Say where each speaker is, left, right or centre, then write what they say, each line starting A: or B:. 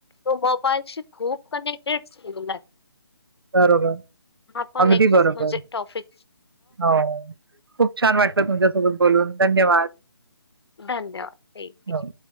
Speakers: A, on the left; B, on the right.
A: तो मोबाईलशी खूप कनेक्टेड झालेला आहे.
B: बरोबर.
A: हा पण
B: अगदी
A: एक
B: बरोबर.
A: म्हणजे टॉपिक
B: हो. खूप छान वाटत तू तुझा सोबत बोलून धन्यवाद.
A: धन्यवाद ठीक
B: हो
A: आहे